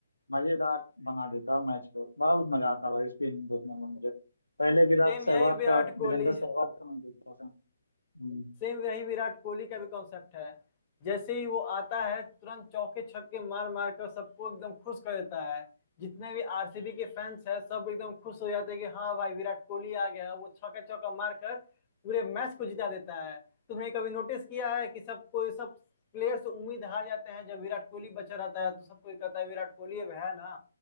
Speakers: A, on the left; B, on the left.
A: मजेदार बना देता है मैच को बहुत मजा आता है भाई उसकी इनिंग देखने में मुझे पहले विराट
B: सेम
A: सहवाग
B: यही विराट
A: का वीरेंद्र
B: कोहली
A: सहवाग का मैं देखता था हम्म।
B: सेम वही विराट कोहली का भी कॉन्सेप्ट है जैसे ही वो आता है तुरंत चौके छक्के मार मार कर सबको एकदम खुश कर देता है जितने भी आरसीबी के फैंस हैं सब एकदम खुश हो जाते हैं कि हाँ भाई विराट कोहली आ गया वो छक्का चौका मार कर पूरे मैच को जिता देता है तुमने कभी नोटिस किया है कि सब कोई सब प्लेयर्स उम्मीद हार जाते हैं जब विराट कोहली बचा रहता है तो सब कोई कहता है विराट कोहली अब है ना